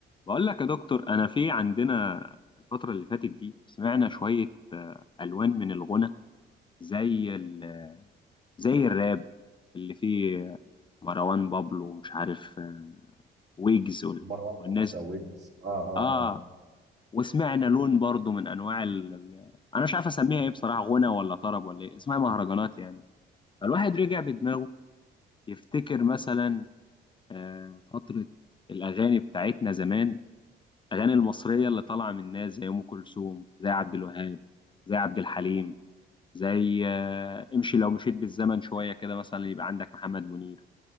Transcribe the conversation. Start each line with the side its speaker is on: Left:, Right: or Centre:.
Left: بقول لك يا دكتور انا في عندنا الفترة اللي فاتت دي سمعنا شوية آه، ألوان من الغنى زي ال آه، زي الراب اللي فيه مروان بابلو ومش عارف آه، ويجز وال-
Right: مروان
Left: والناس
Right: موسى ويجز
Left: دي.
Right: اه اه
Left: اه وسمعنا لون برضو من انواع ال... ال- انا مش عارف اسميها ايه بصراحة غنى ولا طرب ولا ايه اسمها مهرجانات يعني فالواحد رجع بدماغه يفتكر مثلا آه، فترة الأغاني بتاعتنا زمان الاغاني المصريه اللي طالعه من الناس زي ام كلثوم زي عبد الوهاب زي عبد الحليم زي آه، امشي لو مشيت بالزمن شويه كده مثلا يبقى عندك محمد منير